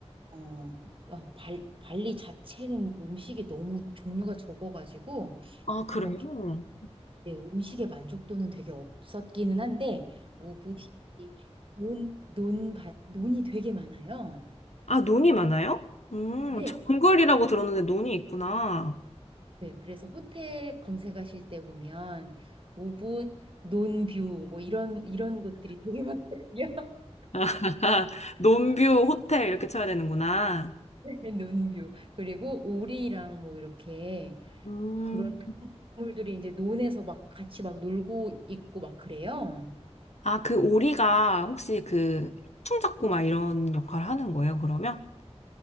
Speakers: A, on the right (about 50°); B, on the left (about 80°).
A: 어, 어, 발, 발리 자체는 음식이 너무 종류가 적어가지고
B: 아, 그래요?
A: 그렇게 네, 음식의 만족도는 되게 없었기는 한데 우붓이 논, 논, 밭- 논이 되게 많아요.
B: 아, 논이 많아요? 음,
A: 네.
B: 정글이라고 들었는데 논이 있구나.
A: 네, 그래서 호텔 검색하실 때 보면 우붓, 논뷰 뭐 이런 이런 곳들이 되게 많거든요. <laughs>
B: <laughs> 논뷰 호텔 이렇게 쳐야 되는구나.
A: 네, 논뷰 그리고 오리랑 뭐 이렇게
B: 음,
A: 그런 동물들이 이제 논에서 막 같이 막 놀고 있고 막 그래요.
B: 아, 그 오리가 혹시 그 해충 잡고 막 이런 역할을 하는 거예요, 그러면?